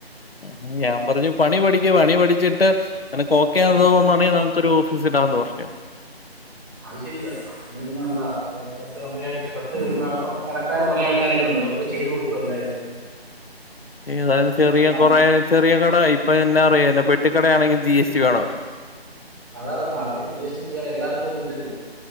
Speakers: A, on the left; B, on the right.
A: ഉം ഞാൻ പറഞ്ഞു പണി പഠിക്ക് പണി പഠിച്ചിട്ട് നിനക്ക് ഓക്കെ ആണ് തോന്നുണ്ടെങ്കിൽ നമ് ക്കൊരു ഓഫീസിടാ ന്ന് പറഞ്ഞു.
B: അത് ശരിയാ. നല്ലതാ പത്ത് കമ്പനി പത്ത് കടക്കാര് കുറെ ആൾക്കാരൊക്കെ ഉണ്ട്. വർക്ക് ചെയ്ത് കൊടുക്കും എല്ലാരും
A: ഏതായാലും ചെറിയ
B: നമ്പർ
A: കുറേ ചെറിയ കട ഇപ്പ എന്നാ അറിയാനാ പെട്ടിക്കടയാണെങ്കി ജി എസ് ടി വേണോല്ലോ.
B: അതാ പറഞ്ഞെ അവർക്ക് ജി എസ് ടി ചെയ്യാൻ എല്ലാർക്കും ഒന്നും ഇല്ലല്ലോ